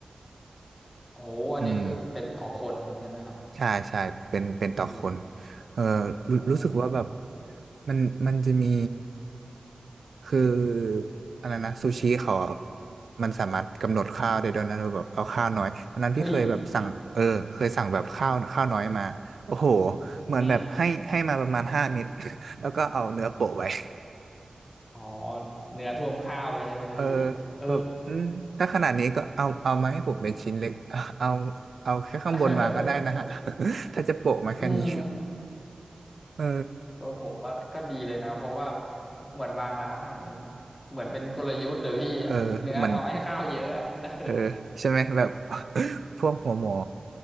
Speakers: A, on the left; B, on the right.
A: โอ้อันนี้คือเป็นต่อคนใช่ไหมครับ
B: อืม ใช่ใช่เป็นเป็นต่อคน
A: วี
B: เออรู้รู้สึกว่าแบบ
A: อืม
B: มันมันจะมีคืออะไรนะซูชิเขาอะมันสามารถกำหนดข้าวได้ด้วยนะเราแบบเอาข้าวน้อยวันนั้นพี่เคยแบบสั่งเออเคยสั่งแบบข้าวข้าวน้อยมาโอ้โห
A: เฮ้ย
B: เหมือนแบบให้ให้มาประมาณห้าเม็ด
A: อืม
B: <laughs> แล้วก็เอาเนื้อโปะไว้
A: อ๋อเนื้อท่วมข้าวเลยใช่ไหมพี่เออ
B: เออแบบอืมถ้าขนาดนี้ก็เอาเอามาให้ผมเป็นชิ้นเล็กเอาเอาแค่ข้างบนมาก็ได้นะฮะ
A: <laughs>
B: <laughs> ถ้าจะโปะมาแค่นี้
A: อืม
B: เออ
A: ก็ผมว่าก็ดีเลยนะเพราะว่าเหมือนบางร้านเหมือนเหมือนเป็นกลยุทธ์เดี๋ยวพี่
B: เออเหมือน
A: เนื้อน้อยข้าวเยอะอะ <laughs> เออ
B: เออใช่ไหมแบบ <laughs> พวกหัวหมอ